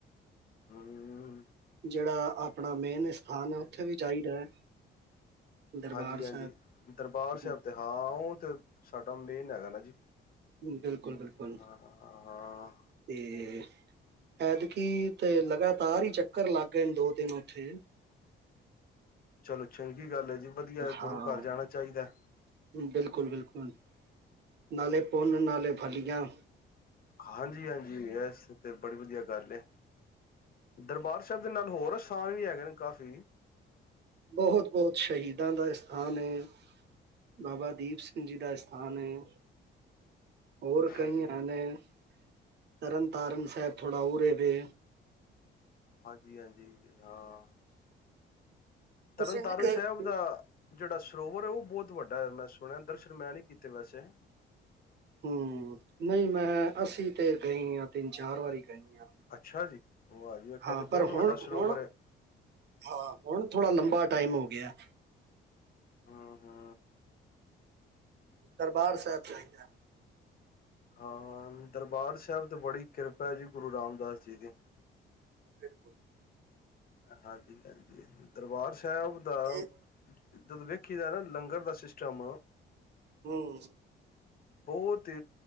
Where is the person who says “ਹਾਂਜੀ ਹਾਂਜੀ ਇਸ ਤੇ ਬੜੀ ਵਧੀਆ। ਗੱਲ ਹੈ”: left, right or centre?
Left